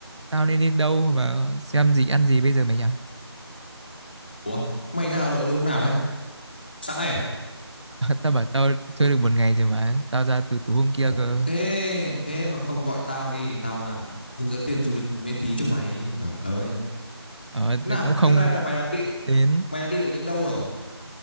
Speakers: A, on the right (about 85°); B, on the left (about 20°).
A: tao nên đi đâu và xem gì ăn gì bây giờ mày nhỉ?
B: Ủa, mày ra Hà Nội lúc nào đấy? Sáng nay à?
A: <laughs> Tao bảo tao chơi được một ngày rồi mà tao ra từ tối hôm kia
B: Ủa,
A: cơ.
B: thế thế mà không gọi tao đi, tao làm hướng dẫn viên du lịch miễn phí cho mày. Rồi ơi.
A: Ờ,
B: Nào,
A: thì cũng không
B: thế này là mày đã
A: không
B: đi
A: có nghĩ đến.
B: mày đã đi được những đâu rồi?